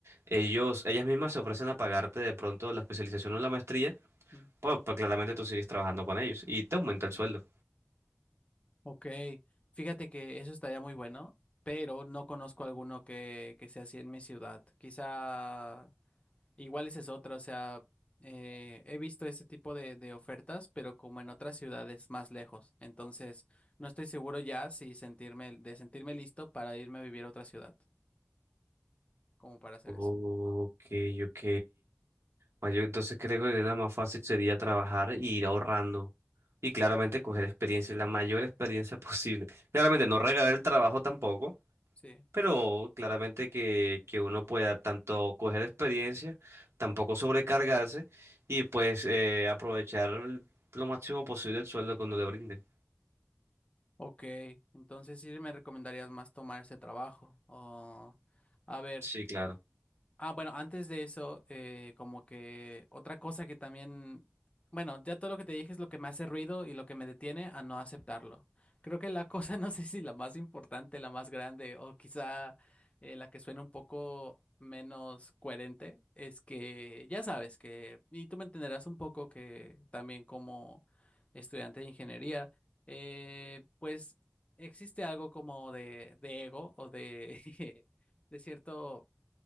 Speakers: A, on the right; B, on the left.
A: Ellos, ellas mismas se ofrecen a pagarte de pronto la especialización o la maestría,
B: Mm.
A: pues pues claramente tú sigues trabajando con ellos y te aumenta el sueldo.
B: Ok, fíjate que eso estaría muy bueno, pero no conozco alguno que, que sea así en mi ciudad. Quizá igual esa es otra, o sea, eh, he visto ese tipo de, de ofertas, pero como en otras ciudades más lejos. Entonces, no estoy seguro ya si sentirme, de sentirme listo para irme a vivir a otra ciudad, como para hacer
A: Ok,
B: eso.
A: ok. Bueno, yo entonces creo que la más fácil sería trabajar y ir ahorrando. Y claramente coger experiencia, la mayor experiencia <laughs> posible. Claramente no regalar el trabajo tampoco,
B: Sí.
A: pero claramente que, que uno pueda tanto coger experiencia, tampoco sobrecargarse y pues eh, aprovechar lo máximo posible el sueldo que uno le brinden.
B: Ok, entonces sí me recomendarías más tomar ese trabajo. O, a ver.
A: Sí, claro.
B: Ah, bueno, antes de eso, eh, como que otra cosa que también, bueno, ya todo lo que te dije es lo que me hace ruido y lo que me detiene a no aceptarlo. Creo que la cosa, <laughs> no sé si la más importante, la más grande o quizá eh, la que suena un poco menos coherente, es que ya sabes que, y tú me entenderás un poco que también como estudiante de ingeniería, eh, pues existe algo como de, de ego o de, <laughs> de cierto...